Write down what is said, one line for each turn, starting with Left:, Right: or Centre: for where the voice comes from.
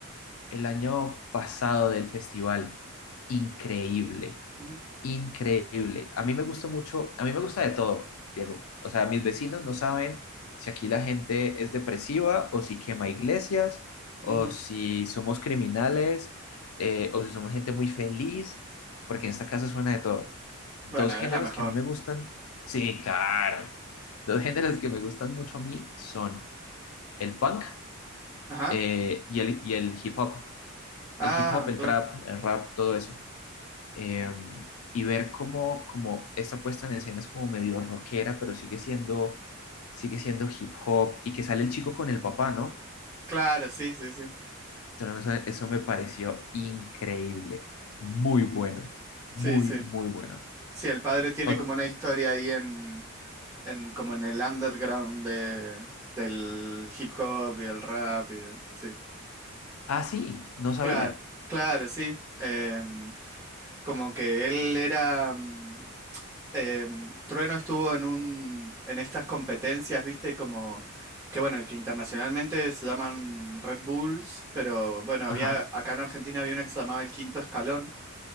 Left: el año pasado del festival. Increíble,
Right: Ujú,
Left: increíble. A mí me gusta mucho, a mí me gusta de todo, Diego. O sea, mis vecinos no saben si aquí la gente es depresiva o si quema iglesias o
Right: ujú.
Left: si somos criminales eh, o si somos gente muy feliz, porque en esta casa suena de todo. Dos
Right: Bueno,
Left: géneros
Right: es la mejor.
Left: que a mí me gustan, sí, claro. Dos <laughs> géneros que me gustan mucho a mí son el punk
Right: Ajá.
Left: eh, y el, y el hip hop
Right: Ah,
Left: el hip hop, el
Right: claro.
Left: trap, el rap, todo eso. Eh, y ver cómo, como esta puesta en escena es como medio rockera, pero sigue siendo, sigue siendo hip hop y que sale el chico con el papá, ¿no?
Right: Claro, sí, sí, sí.
Left: Entonces, no sé, eso me pareció increíble, muy bueno, muy,
Right: Sí, sí.
Left: muy bueno.
Right: Sí, el padre tiene
Left: O-
Right: como una historia ahí en, en, como en el underground de, del hip hop y el rap. y de- sí,
Left: ah, sí, no sabía.
Right: claro, claro, sí. Em, como que él era... mm, em, Trueno estuvo en un, en estas competencias, viste, como que bueno, que internacionalmente se llaman Red Bulls, pero bueno, había,
Left: Ajá,
Right: acá en Argentina había una que se llamaba El Quinto Escalón,